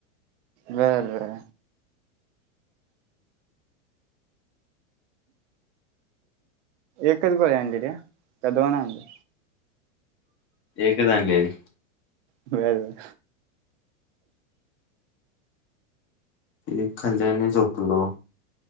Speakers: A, on the right; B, on the left.
A: बरं. एकच गोळी आणलेत्या, का दोन आणल्या?
B: एकच आणलेली.
A: बर, बर.
B: एक खाल्ली आणि झोपलो.